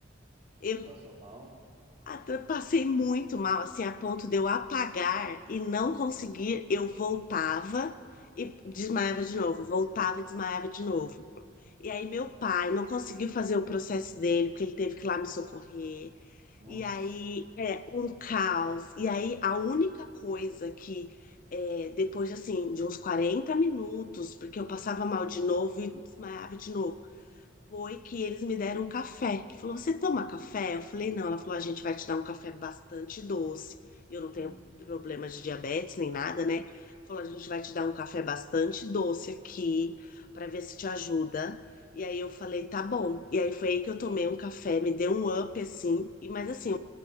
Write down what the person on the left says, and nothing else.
Eu
ah, eu passei muito mal, assim, a ponto
de eu apagar e não conseguir. Eu voltava e desmaiava de novo, voltava e desmaiava de novo. E aí, meu pai não conseguiu fazer o processo dele, porque ele teve que ir lá me socorrer.
E aí, é um caos. E aí, a única coisa que, é, depois de, assim, de uns 40 minutos, porque eu passava mal de novo e desmaiava de novo foi que eles me deram um café. Que falou, você toma café? Eu falei, não. Ela falou, a gente vai te dar um café bastante doce. Eu não tenho
problema de diabetes nem nada, né? Falou, a gente vai te dar um café bastante doce aqui para ver se te ajuda. E aí eu falei, tá bom. E aí foi aí que eu tomei um café, me deu um up assim, e mas assim,